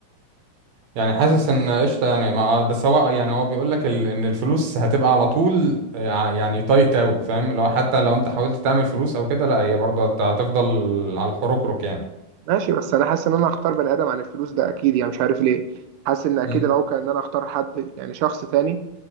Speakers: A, on the right (about 60°); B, on the right (about 80°).
A: يعني حاسس ان قشطه يعني ما آه، بس هو يعني هو بيقول لك ال... ان الفلوس هتبقى على طول ع- يعني تايت قوي فاهم لو حتى لو انت حاولت تعمل فلوس او كده لا هي برضه هت- هتفضل على الحروكروك يعني
B: ماشي بس انا حاسس ان انا هختار بني ادم عن الفلوس ده اكيد يعني مش عارف ليه حاسس ان اكيد
A: مم.
B: الاوقع ان انا اختار حد يعني شخص تاني